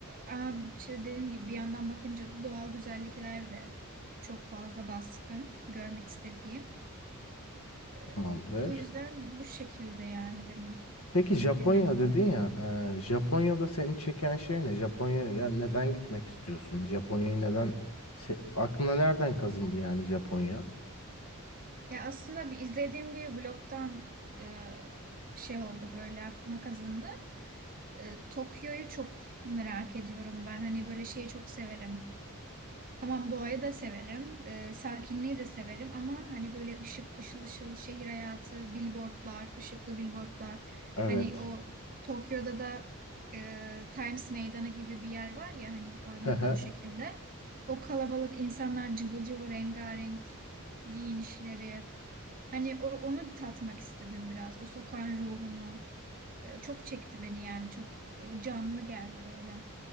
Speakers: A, on the right; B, on the left.
A: ama işte dediğim gibi bir yandan bakınca da doğal güzellikler de çok fazla baskın görmek istediğim. Ee,
B: Tamamdır.
A: bu yüzden bu şekilde yani benim
B: Peki Japonya
A: genel olarak.
B: dedin ya. e, Japonya'da seni çeken şey ne? Japonya'ya neden gitmek istiyorsun? Japonya'yı neden... se- aklına nereden kazındı yani Japonya?
A: Ya aslında bir izlediğim bir blogdan e, şey oldu böyle aklıma kazındı. E, Tokyo'yu çok merak ediyorum ben. Hani böyle şeyi çok severim. Tamam doğayı da severim, e, sakinliği de severim ama hani böyle ışık, ışıl ışıl şehir hayatı, billboardlar, ışıklı billboardlar.
B: Evet.
A: Hani o Tokyo'da da e, Times Meydanı gibi bir yer var ya hani oranın
B: Hı hı.
A: da o şekilde. O kalabalık insanlar cıvıl cıvıl rengarenk giyinişleri. Hani o- onu tatmak istedim biraz. O sokağın ruhunu. E, çok çekti beni yani çok e, canlı geldi böyle.